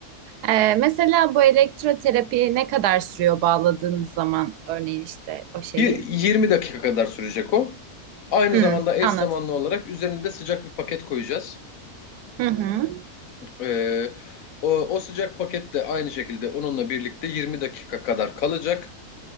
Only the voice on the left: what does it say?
yirmi dakika kadar sürecek o. Aynı
zamanda eş
zamanlı olarak üzerinde sıcak bir paket koyacağız.
E, o, o sıcak paket de aynı şekilde onunla birlikte 20 dakika kadar kalacak.